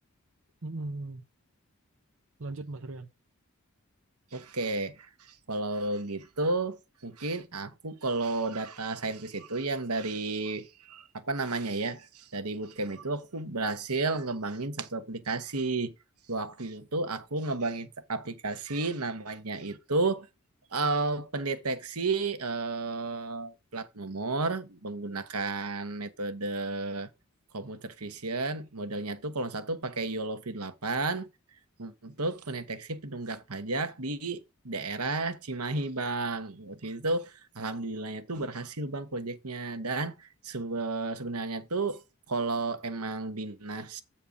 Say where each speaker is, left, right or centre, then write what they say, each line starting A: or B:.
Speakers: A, on the right; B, on the right.
A: Mm-mm. Lanjut Mas Rian.
B: Oke, kalau gitu mungkin aku kalau data scientist itu yang dari apa namanya ya, dari bootcamp itu aku berhasil ngembangin satu aplikasi. Waktu itu aku ngembangin aplikasi namanya itu eh, pendeteksi eh, plat nomor menggunakan metode computer vision. Modelnya tuh kalau satu pakai yolovin delapan untuk mendeteksi penunggak pajak di daerah Cimahi, Bang. Waktu itu alhamdulillahnya tuh berhasil, Bang, proyeknya. Dan sebe- sebenarnya tuh kalau emang dinas